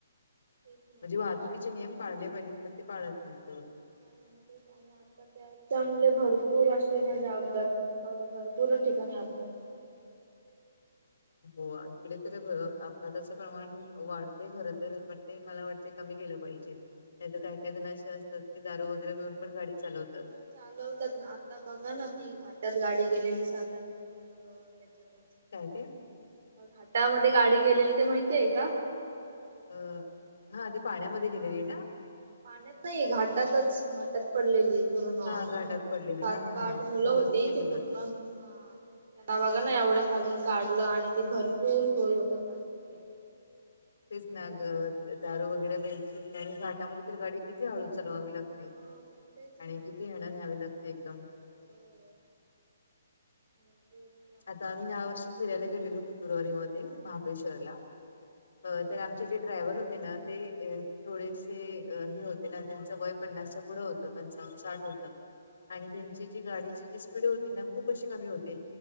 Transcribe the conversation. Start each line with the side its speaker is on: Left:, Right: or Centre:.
Right: तेच ना
Left: म्हणजे
Right: आणि
Left: वाहतुकीचे
Right: असे
Left: नियम पाळले पाहिजेत. पण ते पाळत नाहीत तेवढ.
Right: नाही म तेच आम्ही आल -- तर त्याच्यामुले भरपूर असे म्हणजे अपघात भरपूर ठिकाणी अपघात होत े <inaudible>
Left: हो इकडे तर भर - अपघाताचं प्रमाण वाढते खर तर पण ते मला वाटते कमी केलं पाहिजे. नाही तर काही काही जण अशे असतात की दारु वगैरे पिऊन पण गाडी चालवत
Right: हो चालवतात ना? आता बघा ना? ती घाट त्यात गाडी गेलेली. सात -आठ जण मुलं त्याच्यातच.
Left: काय ते?
Right: घाटामध्ये गाडी गेलेली ते माहिती आहे का?
Left: अ हा ते पाण्यामध्ये
Right: हा
Left: गेलेली ना?
Right: पाण्यात नाही. घाटातच घाट टात पडलेली पूर्ण.
Left: हा घाटात पडलेली
Right: सात
Left: हा हा
Right: का आठ
Left: हा मी
Right: मुलं होती.
Left: बघितलेली
Right: ती पूर्ण
Left: बात
Right: हा त्यांना बघा ना. एवढं खालून काढलं आणि ते भरपूर खोल होत खा ते
Left: तेच
Right: आणि
Left: ना
Right: त्यांना
Left: द दारू वगैरे प्यायची आणि घाटामध्ये तर गाडी किती हळू चालवावी लागते.
Right: हो मग तेच ना
Left: आणि किती हळू न्यावी लागते एकदम.
Right: हो <unintelligible>
Left: आता आम्ही
Right: केले
Left: या वर्षी फिरायला गेलेलो. फेब्रुवारी मध्ये. महाबळेश्वरला. तर आमचे जे ड्रायव्हर होते ना? ते थोडेसे हे होते ना? त्यांच वय पन्नास च्या पुढं होतं पंचावन्न साठ होतं. आणि त्यांची जी गाडीची जी स्पीड होती ना खूप अशी कमी होती.